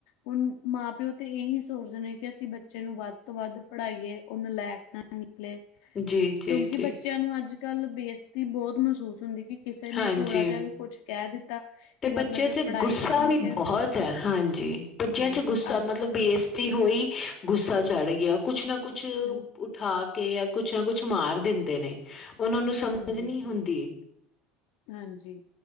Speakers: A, on the left; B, on the left.
A: ਹੁਣ ਮਾਂ-ਪਿਓ ਤੇ ਇਹੀ ਸੋਚਦੇ ਨੇ ਕਿ ਅਸੀਂ ਬੱਚੇ ਨੂੰ ਵੱਧ ਤੋਂ ਵੱਧ ਪੜ੍ਹਾਈਏ ਉਹ ਨਲੈਕ ਨ ਨਿਕਲੇ
B: ਜੀ, ਜੀ,
A: ਕਿਉਂਕਿ
B: ਜੀ,
A: ਬੱਚਿਆਂ ਨੂੰ ਅੱਜ-ਕੱਲ੍ਹ ਬੇਇਸਤੀ ਬਹੁਤ ਮਹਿਸੂਸ ਹੁੰਦੀ ਕਿਸੇ ਨੇ
B: ਹਾਂਜੀ
A: ਥੋੜ੍ਹਾ ਜਿਹਾ ਵੀ ਕੁਛ ਕਹਿ ਦਿੱਤਾ।
B: ਤੇ
A: ਕਿ
B: ਬੱਚਿਆਂ
A: ਮਤਲਬ
B: ਚ
A: ਪੜ੍ਹਾਈ
B: ਗੁੱਸਾ
A: ਵੀਕ
B: ਵੀ
A: ਹੈ
B: ਬਹੁਤ ਹੈ। ਹਾਂਜੀ, ਬੱਚਿਆਂ
A: ਹਾਂਜੀ
B: ਚ ਗੁੱਸਾ
A: ਅੱਜ
B: ਮਤਲਬ ਬੇਸਤੀ ਹੋਈ। ਗੁੱਸਾ ਚੜ ਗਿਆ ਕੁਛ ਨਾ ਕੁਛ
A: ਹਾਂ
B: ਉਠਾਕੇ ਜਾਂ ਕੁਛ ਨਾ ਕੁਛ ਮਾਰ ਦਿੰਦੇ ਨੇ। ਉਹਨਾਂ ਨੂੰ ਸਮਝ
A: ਹਾਂਜੀ
B: ਨਹੀਂ ਹੁੰਦੀ।
A: ਹਾਂਜੀ,